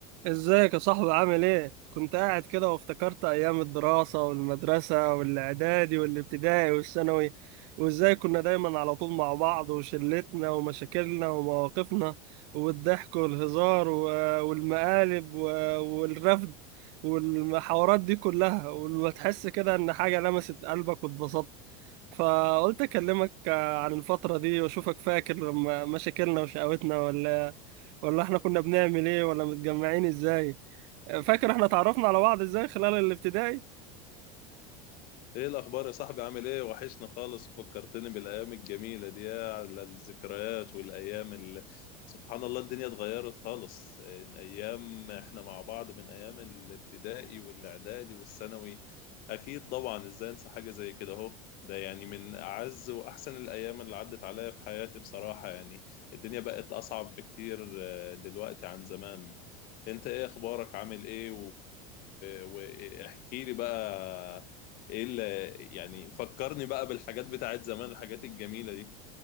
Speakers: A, on the right; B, on the left.
A: ازيك يا صاحبي عامل ايه؟ كنت قاعد كده وافتكرت ايام الدراسة والمدرسة والاعدادي والابتدائي والثانوي وازاي كنا دايما على طول مع بعض وشلتنا ومشاكلنا ومواقفنا والضحك والهزار و- والمقالب و- والرفد والمحاورات دي كلها وتحس كده ان حاجة لمست قلبك واتبسطت فقلت اكلمك آه، عن الفترة دي واشوفك فاكر لما مشاكلنا وشقاوتنا ولا ولا احنا كنا بنعمل ايه ولا متجمعين ازاي آه، فاكر احنا تعرفنا على بعض ازاي خلال الابتدائي
B: ايه الاخبار يا صاحبي عامل ايه وحشنا خالص فكرتني بالايام الجميله دي يا على الذكريات والايام اللي سبحان الله الدنيا اتغيرت خالص من ايام احنا مع بعض من ايام الابتدائي والاعدادي والثانوي اكيد طبعا ازاي انسى حاجه زي كده اهو ده يعني من اعز واحسن الايام اللي عدت عليا في حياتي بصراحه يعني الدنيا بقت اصعب بكتير آه، دلوقتي عن زمان انت ايه اخبارك عامل ايه واحكي لي بقى ايه اللي يعني فكرني بقى بالحاجات بتاعت زمان الحاجات الجميلة دي